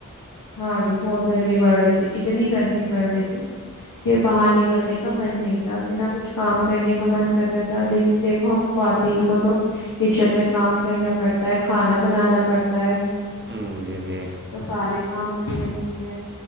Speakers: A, on the left; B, on the right.
A: ہاں جی بہت گرمی بڑھ رہی تھی اتنی گرمی بڑھ رہی تھی کہ باہر نکلنے کا من نہیں تھا کہ نہ کچھ کام کرنے کا من کرتا تھا لیکن دیکھو ہم خواتین کو تو کچن میں کام کرنا پڑتا ہے کھانا بنانا پڑتا ہے
B: امم جی جی
A: تو سارے کام کرنے پڑتے ہیں